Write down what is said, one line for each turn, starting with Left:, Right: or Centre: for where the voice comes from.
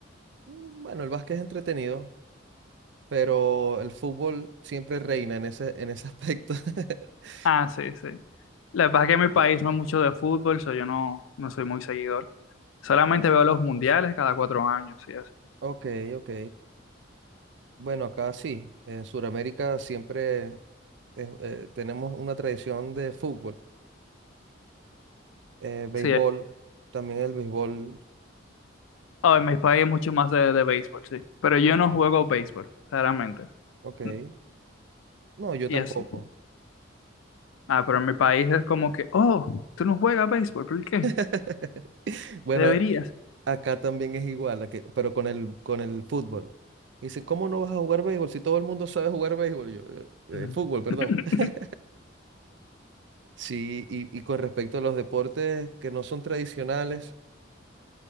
Right: mm, bueno, el básquet es entretenido, pero el fútbol siempre reina en ese, en ese aspecto. <laughs>
Left: Ah, sí, sí. Lo que pasa es que en mi país no es mucho de fútbol, so yo no, no soy muy seguidor. Solamente veo los mundiales cada cuatro años y eso.
Right: Ok, ok. Bueno, acá sí, en Sudamérica siempre eh, eh, tenemos una tradición de fútbol. Eh, béisbol,
Left: Sí, eh.
Right: también el béisbol,
Left: Ah, en mi país es mucho más de, de béisbol, sí. Pero yo no juego béisbol, claramente.
Right: ok.
Left: N-
Right: No, yo
Left: Y
Right: tampoco.
Left: eso. Ah, pero en mi país es como que, oh, tú no juegas béisbol, ¿por qué?
Right: <laughs> Bueno,
Left: Deberías.
Right: acá también es igual, a que- pero con el, con el fútbol. Dicen, ¿cómo no vas a jugar béisbol si todo el mundo sabe jugar béisbol? Yo, "Eh, eh,
Left: Ujú.
Right: fútbol, perdón.
Left: <laughs>
Right: <laughs> Sí, y, y con respecto a los deportes que no son tradicionales,